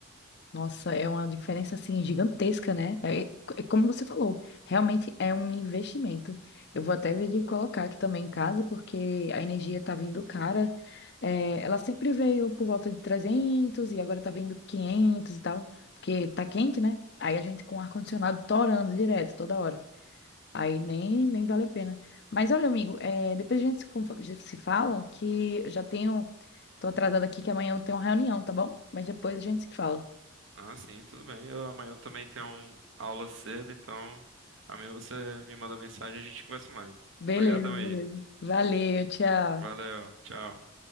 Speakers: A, on the left (about 50°); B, on the right (about 60°).
A: Nossa, é uma diferença assim gigantesca, né? É, é como você falou, realmente é um investimento. Eu vou até ver de colocar aqui também em casa, porque a energia tá vindo cara. É, ela sempre veio por volta de 300 e agora tá vindo 500 e tal, porque tá quente, né? Aí a gente com o ar-condicionado torando direto toda hora. Aí nem, nem vale a pena. Mas olha, amigo, é, depois a gente se, conf- se fala que eu já tenho. Tô atrasada aqui que amanhã eu tenho uma reunião, tá bom? Mas depois a gente se fala.
B: Ah, sim, tudo bem. Eu, amanhã eu também tenho um- aula cedo, então amanhã você me manda mensagem e a gente conversa mais.
A: Beleza,
B: Obrigadão aí.
A: beleza. Valeu, tchau.
B: Valeu, tchau.